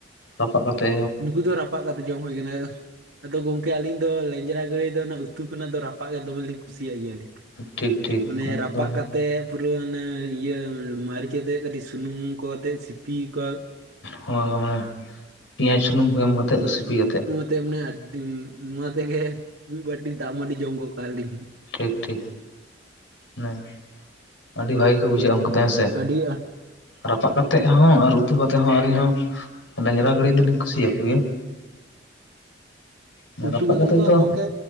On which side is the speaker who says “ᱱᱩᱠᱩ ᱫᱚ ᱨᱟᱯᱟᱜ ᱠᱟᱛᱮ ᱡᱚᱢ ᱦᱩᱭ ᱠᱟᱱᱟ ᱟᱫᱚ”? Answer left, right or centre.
Right